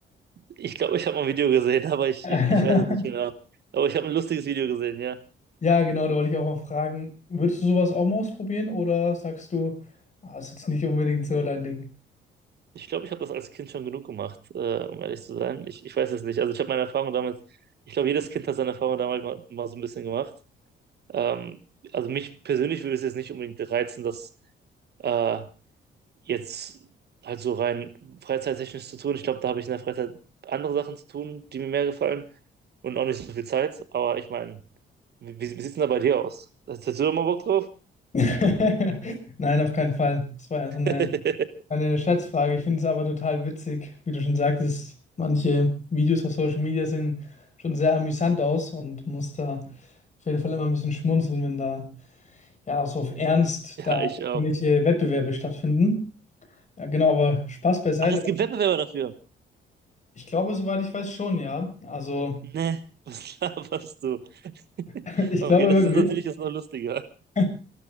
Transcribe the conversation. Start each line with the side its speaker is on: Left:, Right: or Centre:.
Right: ich glaube, ich habe mal ein Video gesehen, aber ich,
Left: <laughs>
Right: ich, ich weiß es nicht genau. Aber ich habe ein lustiges Video gesehen, ja.
Left: Ja, genau, da wollte ich auch mal fragen, würdest du sowas auch mal ausprobieren oder sagst du, ah, ist jetzt nicht unbedingt so dein Ding?
Right: Ich glaube, ich habe das als Kind schon genug gemacht, äh, um ehrlich zu sein. Ich, ich weiß es nicht. Also ich habe meine Erfahrung damals, ich glaube, jedes Kind hat seine Erfahrung damals mal, mal so ein bisschen gemacht. Ähm, also mich persönlich würde es jetzt nicht unbedingt reizen, das äh, jetzt halt so rein freizeittechnisch zu tun. Ich glaube, da habe ich in der Freizeit andere Sachen zu tun, die mir mehr gefallen und auch nicht so viel Zeit. Aber ich meine, wie, wie sieht es denn da bei dir aus? Hast hast du da mal Bock drauf?
Left: <laughs> Nein, auf keinen Fall. Das war ja
Right: <laughs>
Left: so eine, eine Scherzfrage. Ich finde es aber total witzig, wie du schon sagtest, manche Videos auf Social Media sehen schon sehr amüsant aus und muss da auf jeden Fall immer ein bisschen schmunzeln, wenn da ja so auf Ernst
Right: Ja,
Left: da
Right: ich auch.
Left: irgendwelche Wettbewerbe stattfinden. Ja, genau, aber Spaß beiseite.
Right: Ach, es gibt Wettbewerber dafür.
Left: Ich glaube, soweit ich weiß, schon, ja. Also.
Right: Ne, <laughs> was laberst du? <laughs>
Left: <laughs> Ich
Right: Okay,
Left: glaube
Right: das
Left: wirklich.
Right: ist natürlich jetzt noch lustiger.
Left: <laughs>